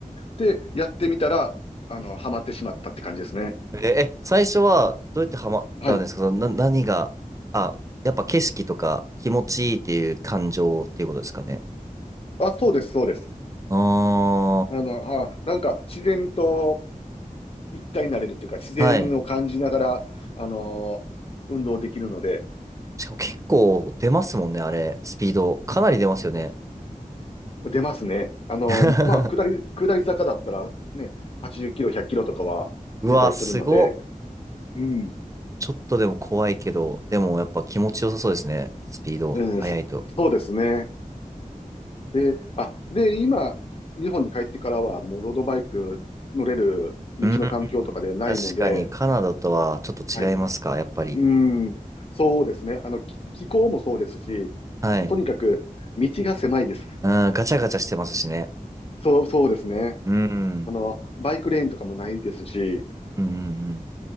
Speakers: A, on the left; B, on the right.
A: で、やってみたら、あの、ハマってしまったって感じですね。
B: え、え最初はどうやってハマったんですかそのな、
A: はい。
B: 何が、あ、やっぱ景色とか気持ちいいっていう感情っていうことですかね。
A: あ、そうです、そうです。
B: あ
A: あの、あ、なんか自然と、一体になれるっていうか、自然を感じながら、
B: あ、はい。
A: あのー運動できるので、
B: しかも結構出ますもんね、あれ。スピード。かなり出ますよね。
A: 出ますね。あのーまあ、
B: <laughs>
A: 下り、下り坂だったら、ね、80キロ、100キロとかは出たりするので、
B: うわ、すごっ。
A: うん、
B: ちょっとでも怖いけど、でもやっぱ気持ちよさそうですね。スピード、
A: うん、
B: 速いと。
A: そ、そうですね。で、あ、で、今、日本に帰ってからは、もうロードバイク乗れる道の環境とかではないので、
B: うん。確かにカナダとはちょっと違いますか、
A: はい。
B: やっぱり。
A: うん、そうですね。あの、気気候もそうですし、
B: はい。
A: とにかく道が狭いです。
B: うん、ガチャガチャしてますしね。
A: そう、そうですね。
B: うん。
A: あの、バイクレーンとかもないですし、
B: うんうんうん。